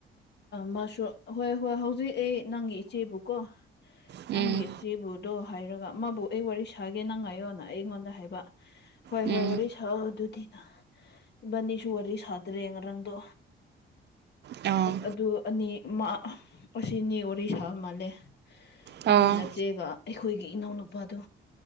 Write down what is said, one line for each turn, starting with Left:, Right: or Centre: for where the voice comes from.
Left: ꯃꯁꯨ ꯍꯣꯏ ꯍꯣꯏ ꯍꯧꯖꯤꯛ ꯑꯩ ꯅꯪꯒꯤ ꯏꯆꯦꯕꯨꯀꯣ
Right: ꯎꯝ
Left: ꯅꯪ ꯆꯦꯕꯨꯗꯣ ꯍꯥꯏꯔꯒ ꯃꯥꯕꯨ ꯑꯩ ꯋꯥꯔꯤ ꯁꯥꯒꯦꯅ ꯉꯥꯏꯌꯣꯅ ꯑꯩꯉꯣꯟꯗ ꯍꯥꯏꯕ ꯍꯣꯏ
Right: ꯎꯝ
Left: ꯍꯣꯏ ꯋꯥꯔꯤ ꯁꯥ ꯑꯗꯨꯗꯤꯅ ꯅꯤꯁꯨ ꯋꯥꯔꯤ ꯁꯥꯇꯔꯦꯔꯪꯗꯣ
Right: ꯑꯥ
Left: ꯑꯗꯨ ꯑꯅꯤ ꯑꯁꯤꯅꯤ ꯋꯥꯔꯤ ꯁꯥꯕ ꯃꯥꯜꯂꯦ ꯅꯪꯒꯤ
Right: ꯑꯥ
Left: ꯅꯆꯦꯒ ꯑꯩꯈꯣꯏꯒꯤ ꯏꯅꯥꯎꯅꯨꯄꯥꯗꯨ